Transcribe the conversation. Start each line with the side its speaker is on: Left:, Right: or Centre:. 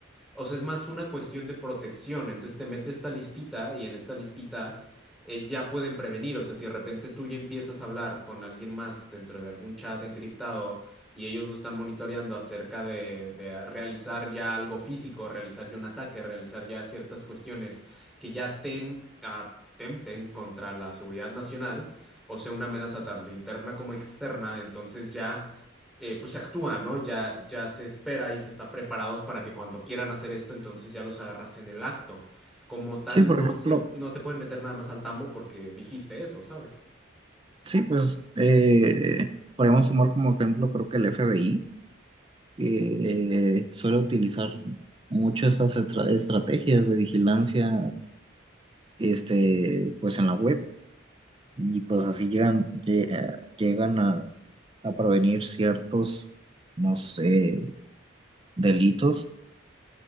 Centre: O sea, es más una cuestión de protección. Entonces te mete esta listita y en esta listita eh, ya pueden prevenir. O sea, si de repente tú ya empiezas a hablar con alguien más dentro de algún chat encriptado y ellos lo están monitoreando acerca de, de realizar ya algo físico, realizar ya un ataque, realizar ya ciertas cuestiones que ya tem- atempten contra la seguridad nacional, o sea, una amenaza tanto interna como externa, entonces ya eh, pues se actúa, ¿no? Ya, ya se espera y se está preparados para que cuando quieran hacer esto, entonces ya los agarras en el acto. Como tal,
Right: sí, por
Centre: no,
Right: ejemplo.
Centre: se- no te pueden meter nada más al tambo porque dijiste eso, ¿sabes?
Right: Sí, pues eh, podemos tomar como ejemplo, creo que el FBI, que eh, suele utilizar mucho estas estra- estrategias de vigilancia, este, pues en la web, y pues así llegan, lle- eh, llegan a, a prevenir ciertos, no sé, delitos,